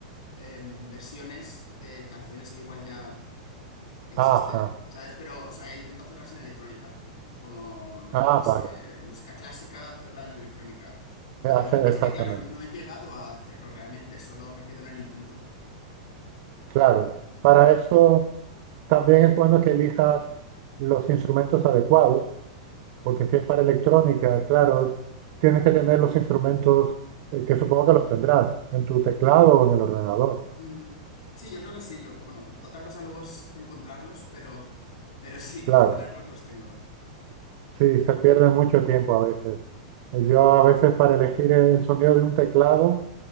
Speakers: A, on the left; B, on the right.
A: em, versiones de canciones que igual ya existen,
B: Ajá,
A: ¿sabes? Pero, o sea, intento hacerlas en electrónica, como,
B: ah,
A: yo qué sé,
B: vale,
A: música clásica, hacerla en electrónica. ¿Sabes?
B: Hace-
A: Lo que pasa
B: exactamente.
A: que, claro, no he llegado a hacerlo realmente, solo me quedo en el intento.
B: Claro, para eso también es bueno que elijas los instrumentos adecuados, porque si es para electrónica, claro, tienes que tener los instrumentos eh, que supongo que los tendrás en tu teclado o en el ordenador.
A: Ujú. Sí, yo creo que sí. Lo, bueno, otra cosa luego es encontrarlos, pero, pero sí, como
B: Claro.
A: tenerlos los tengo.
B: Sí, se pierde mucho tiempo a veces. Eh, Yo a veces para elegir el sonido de un teclado